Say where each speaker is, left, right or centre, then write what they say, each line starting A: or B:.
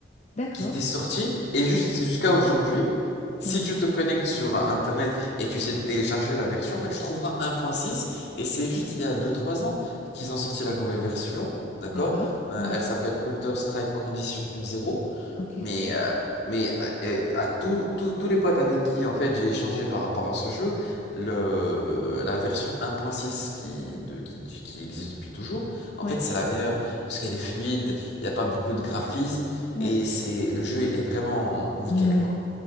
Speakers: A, on the left; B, on the left.
A: D'accord.
B: qui t'est sorti et juste jusqu'à aujourd'hui, si
A: Ouais.
B: tu te connectes sur Internet et tu sais télécharger la version, mais tu trouveras un point six et c'est juste il y a deux trois ans qu'ils ont sorti la nouvelle version, d'accord?
A: D'accord.
B: Euh,
A: Ouais.
B: elle s'appelle Counter-Strike Condition zéro,
A: Ok.
B: mais, euh, mais à, et à tous tous- tous les potes avec qui en fait j'ai échangé par rapport à ce jeu, le, euh, la version un point six qui, de, qui, qui existe depuis toujours, en
A: Ouais.
B: fait c'est la meilleure parce qu'elle est fluide, il n'y a pas beaucoup de graphismes.
A: Ouais.
B: Et c'est, le jeu est vraiment nickel,
A: Ouais, ouais.
B: quoi.